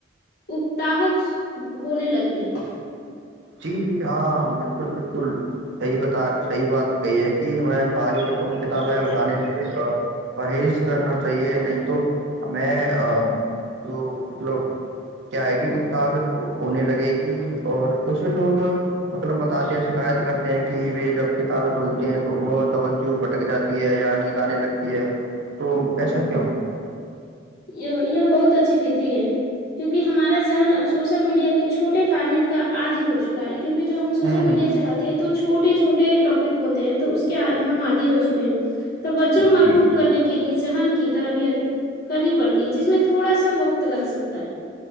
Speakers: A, on the left (about 50°); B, on the right (about 65°).
A: اتاحک ہونے لگتی ہے
B: جی جی ہاں بالکل بالکل صحیح بتا صحیح بات کہی ہے کہ ہمیں باری بار کم کتابیں اٹھانے سے پرہیز کرنا چاہیے نہیں تو ہمیں جو مطلب کیا ہے کہ است ہونے لگے گی اور اسے لوگ مطلب بتاتے ہیں شکایت کرتے ہیں کہ وہ جب کتابیں کھولتے ہیں تو وہ توجہ بھٹک جاتی ہے یا نیند آنے لگتی ہے تو ایسا
A: اوک
B: کیوں
A: یہ یہ بہت اچھی فر ہے کیونکہ ہمارا ذہن اب سوشل میڈیا کے چھوٹے فارمیٹ کا آدی ہو چکا ہے کیک جو ہم سوشل
B: ہوں ہوں
A: میڈیا چلے ہیں تو چھوٹے چھوٹے ٹاپک ہوتے ہیں تو اس کے ہم عادی ہو چکے ہیں توجہ مرکوب
B: جی
A: کرنے کے لیے کی تربیت کرنی پڑتی جس میں تھوڑا سا وقت تو لگ سکتا ہے